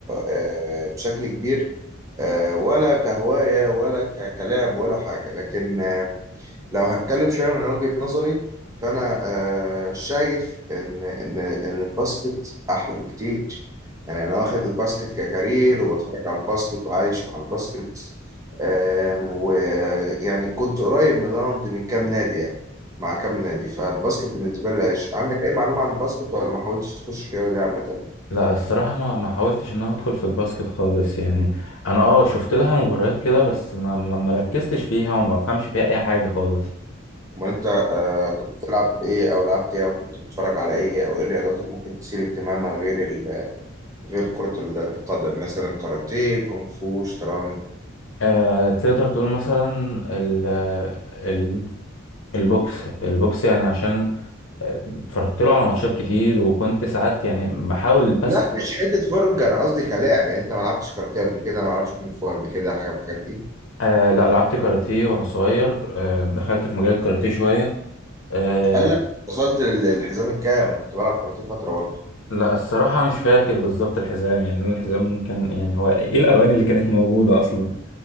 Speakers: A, on the right (about 15°); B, on the left (about 70°).
A: آه، بشكل كبير آه، ولا كهوايه ولا ك- كلاعب ولا حاجه لكن لو هتكلم شوية من وجهة نظري فأنا آه، شايف إن إن إن الباسكت أحلى بكتير يعني أنا واخد الباسكت ككارير وبتفرج على الباسكت وعايش مع الباسكت آم، ويعني كنت قريب من الرمض من كام نادي يعني مع كام نادي فالباسكت بالنسبة لي عايش عندك أي معلومة عن الباسكت ولا ما حاولتش تخش الرياضة دي عامة؟
B: لا الصراحه ما ما حاولتش ان انا ادخل في الباسكت خالص يعني انا اه شفت لها مباريات كده بس ما ما ما ركزتش فيها وما فهمش فيها اي حاجه خالص
A: أمال أنت آه، كنت بتلعب إيه أو لعبت إيه أو كنت بتتفرج على إيه أو إيه الرياضات اللي ممكن تثير اهتمامك غير غير كرة ال- القدم مثلا كاراتيه كونغ فو شطرنج
B: آه تقدر تقول مثلا ال ال البوكس البوكس يعني عشان اتفرجت له على ماتشات كتير وكنت ساعات يعني بحاول بسأل
A: لا لا مش حتة فرجة أنا قصدي كلاعب يعني أنت ما لعبتش كاراتيه قبل كده ما لعبتش كونغ فو قبل كده حاجة من الحاجات دي
B: آه لا لعبت كاراتيه وانا صغير آه دخلت في مجال الكاراتيه شوية آه
A: قال لك وصلت لل- للحزام الكام أنا كنت بلعب كاراتيه فترة برضه
B: لا الصراحة مش فاكر بالظبط الحزام يعني لون الحزام ممكن يعني هو ايه الالوان اللي كانت موجودة اصلا